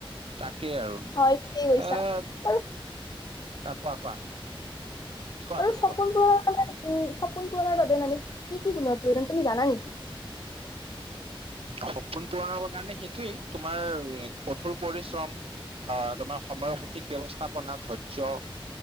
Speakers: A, on the right; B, on the left.
A: তাকেই আৰু।
B: হয় ঠিকেই কৈছা
A: অঁ
B: বাৰু
A: আ কোৱা কোৱা। কোৱা
B: <unintelligible> উম,
A: তুমি
B: সপোন
A: কোৱা
B: পূৰণৰ বাবে মানে কি কি গুণৰ প্ৰয়োজন। তুমি জানা নেকি?
A: সপোন পূৰণ হবৰ কাৰণে সেইটোয়েই তোমাৰ কঠোৰ পৰিশ্ৰম। আ' তোমাৰ সময়ৰ সঠিক ব্যৱস্থাপনা। ধৰ্য্য!